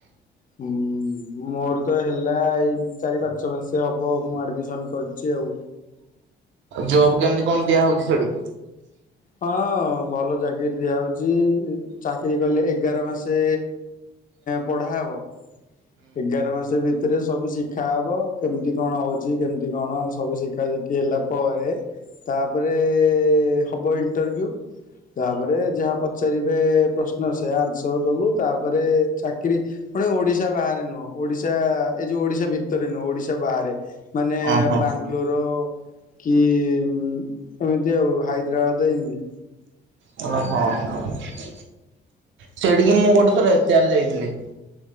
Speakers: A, on the left; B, on the right.
A: ଉମ୍ ମୋର ତ ହେଲା ଏଇ ଚାରି ପାଞ୍ଚ ମାସ ହବ ମୁଁ ଆଡମିସନ କରିଚି <unintelligible>
B: ଜବ କେମିତି କଣ ଦିଆ ହଉଛି ସେଠି?
A: ହଁ ଭଲ ଚାକିରୀ ଦିଆ ହଉଛି। ଚାକିରୀ କଲେ ଏଗାର ମାସେ ପଢା ହବ, ଏଗାର ମାସ ଭିତରେ ସବୁ ଶିଖା ହବ, କେମିତି କଣ ହଉଛି କେମିତି କଣ ସବୁ ଶିଖା ଶିଖି ହେଲା ପରେ ତାପରେ ହବ ଇଣ୍ଟରଭି୍ୟୁ ତାପରେ ଯାହା ପଚାରିବେ ପ୍ରଶ୍ନ ସେ ଆନ୍ସର ଦବୁ ତାପରେ ଚାକିରୀ ଫୁଣି ଓଡିଶା ବାହାରେ ନୁହଁ ଓଡିଶା ଏ ଯୋଉ ଓଡିଶା ଭିତରେ ନୁହଁ ଓଡିଶା ବାହାରେ। ମାନେ
B: ଓହୋ
A: ବାଙ୍ଗଲୋର କି ଏମିତି ଆଉ ହାଇ ଦ୍ରାବାଦ ଏନ୍ତି।
B: <inaudible> ସେଇଠିକି ମୁଁ ଗୋଟେ ଥରେ ଏଚ ଆର୍ ଯାଇଥିଲି।